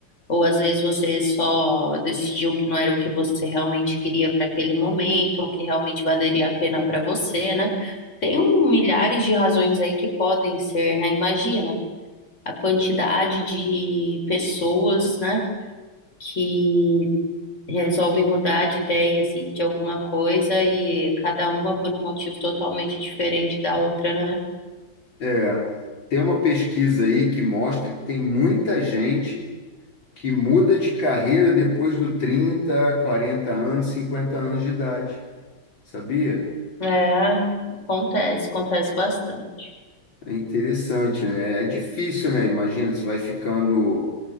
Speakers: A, on the left (about 30°); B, on the left (about 60°).
A: ou às vezes você só decidiu que não era o que você realmente queria para aquele momento, ou que realmente valeria a pena para você, né? Tem um, milhares de razões aí que podem ser, né? Imagina a quantidade de pessoas, né? que resolvem mudar de ideia assim de alguma coisa e cada uma por um motivo totalmente diferente da outra, né?
B: É, tem uma pesquisa aí que mostra que tem muita gente que muda de carreira depois do 30, 40 anos, 50 anos de idade, sabia?
A: É, acontece, acontece bastante.
B: É interessante, né? É difícil, né? Imagina, você vai ficando.